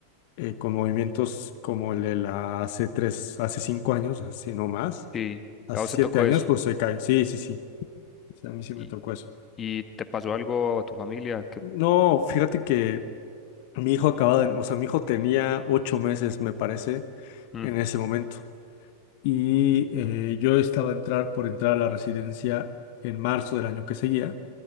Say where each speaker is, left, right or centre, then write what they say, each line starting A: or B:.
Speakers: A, on the left; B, on the left.
A: eh, con movimientos como el de la hace tres, hace cinco años, así no más,
B: Sí,
A: hace
B: a vos
A: siete
B: te tocó
A: años,
B: eso.
A: pues se cae, sí, sí, sí, Sí, a mí sí
B: ¿Y,
A: me tocó eso.
B: y te pasó algo a tu familia? Que...
A: No, fíjate que mi hijo acababa de, o sea, mi hijo tenía ocho meses, me parece,
B: Mm,
A: en ese momento. Y eh, yo estaba a entrar por entrar a la residencia en marzo del año que seguía.